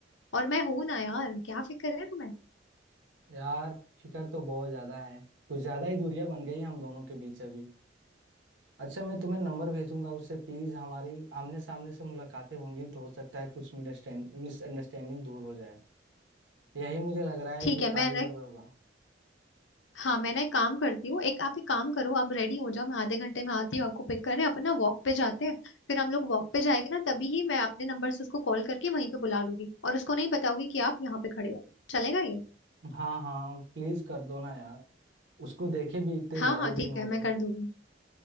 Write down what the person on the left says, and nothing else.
और मैं हूं ना यार क्या फिक्र है तुम्हें
ठीक
है मैं
हाँ मैं ना एक काम करती हूँ एक आप एक काम करो आप रेडी हो जाओ मैं आधे घंटे में आती हूँ आपको पिक करने अपन ना वॉक पे जाते हैं फिर हम लोग वॉक पे जाएंगे ना तभी ही मैं अपने नंबर से उसको कॉल करके वहीं पे बुला लूंगी और उसको नहीं बताऊंगी कि आप यहाँ पे खड़े हो चलेगा ये
हाँ
हाँ
ठीक
है मैं
कर दूंगी